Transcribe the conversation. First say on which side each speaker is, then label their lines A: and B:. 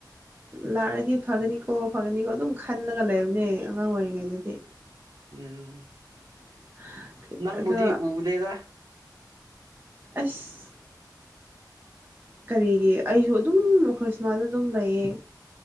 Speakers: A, on the right; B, on the right.
A: ꯂꯥꯛꯑꯗꯤ ꯐꯒꯅꯤꯀꯣ ꯐꯒꯅꯤꯀꯣ ꯑꯗꯨꯝ ꯈꯜꯂꯒ ꯂꯩꯕꯅꯦ ꯑꯉꯥꯡ ꯑꯣꯏꯔꯤꯉꯩꯗꯗꯤ
B: ꯎꯝ
A: <unintelligible>
B: ꯅꯪꯕꯨꯗꯤ
A: ꯑꯗꯣ
B: ꯎꯗꯦꯗ
A: ꯑꯁ ꯀꯔꯤꯒꯤ ꯑꯩꯁꯨ ꯑꯗꯨꯝ ꯈꯣꯏꯁꯃꯥꯗ ꯑꯗꯨꯝ ꯂꯩꯌꯦ